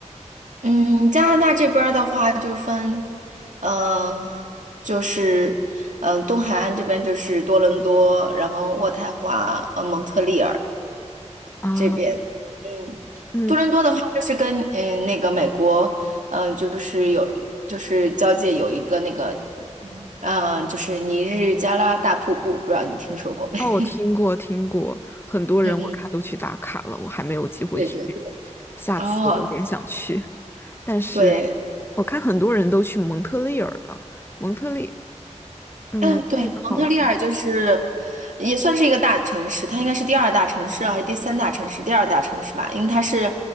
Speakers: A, on the right; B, on the left.
A: 嗯，加拿大这边儿的话就分，嗯、就是嗯、呃东海岸这边就是多伦多，然后渥太华、呃蒙特利尔
B: 啊，
A: 这边。嗯，
B: 嗯，
A: 多伦多的话就是跟嗯那个美国，嗯、就是有就是交界有一个那个，嗯、就是尼日加拉大瀑布，不知道你听说过没？
B: 哦，我听过听过，很多人我看都去打卡了，
A: <laughs> 嗯嗯。
B: 我还没有机会去，
A: 对对对，
B: 下次我有点想去，
A: 哦，
B: 但是我看很多人都去蒙特利尔了，
A: 对，
B: 蒙特利，嗯，
A: 嗯，
B: 蒙特利尔好玩吗？
A: 对，蒙特利尔就是也算是一个大城市，它应该是第二大城市还是第三大城市？第二大城市吧，因为它是